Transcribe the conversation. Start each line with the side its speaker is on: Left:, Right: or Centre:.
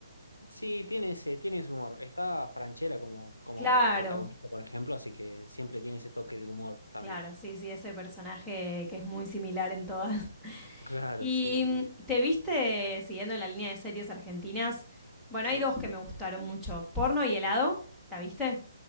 Left: Sí, tiene ese, tiene ese humor. Está Franchella como, como
Centre: Claro,
Left: protagonista, por ejemplo, así que siempre tiene ese toque de humor también.
Centre: claro,
Left: <laughs>
Centre: sí, sí, ese personaje que es muy similar en todas. <laughs>
Left: Claro,
Centre: ¿Y
Left: sí, sí, sí.
Centre: mm, te viste, siguiendo en la línea de series argentinas? Bueno,
Left: Sí.
Centre: hay dos que me gustaron mucho. Porno y helado, ¿la viste?